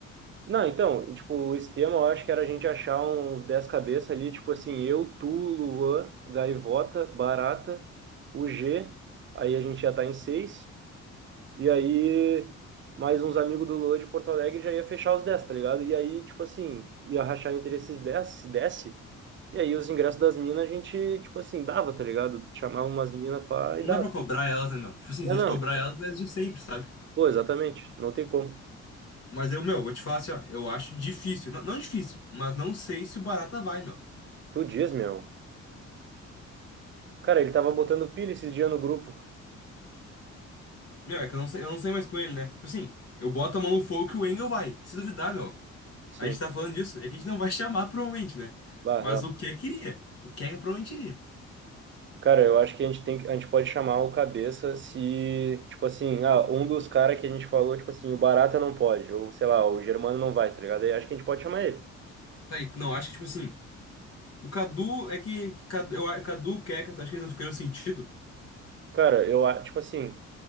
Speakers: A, on the right; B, on the left.
A: Não, então, tipo, o esquema eu acho que era a gente achar uns 10 cabeças ali, tipo assim, eu, tu, Luan, Gaivota, Barata, o G, aí a gente já tá em 6, e aí mais uns amigos do Luan de Porto Alegre já ia fechar os 10, tá ligado? E aí, tipo assim, ia rachar entre esses 10, se desse, e aí os ingressos das minas a gente, tipo assim, dava, tá ligado? Chamava umas minas pra
B: Não
A: e dava.
B: dá pra cobrar elas, né, meu? Tipo assim,
A: É,
B: se a gente
A: não,
B: cobrar elas, vai de sempre, sabe?
A: pô, exatamente, não tem como.
B: Mas eu, meu, vou te falar assim, ó, eu acho difícil. Não, não difícil, mas não sei se o Barata vai, meu.
A: Tu diz, meu. Cara, ele tava botando pilha esses dias no grupo.
B: Meu, é que eu não sei, eu não sei mais com ele, né? Tipo assim, eu boto a mão no fogo que o Engel vai. Se duvidar, meu.
A: Sim.
B: A gente tá falando disso, é que a gente não vai <laughs> chamar, provavelmente, né?
A: Bah,
B: Mas
A: real.
B: o que queria. O que provavelmente iria.
A: Cara, eu acho que a gente tem, que- a gente pode chamar o cabeça se, tipo assim, ah, um dos caras que a gente falou, tipo assim, o Barata não pode, ou sei lá, o Germano não vai, tá ligado? Aí acho que a gente pode chamar ele.
B: Tá, e tu não acha que, tipo assim. O Cadu é que. Cadu, eu, a- Cadu, Keka, acho que eles não ficaram sentido.
A: Cara, eu, a- tipo assim,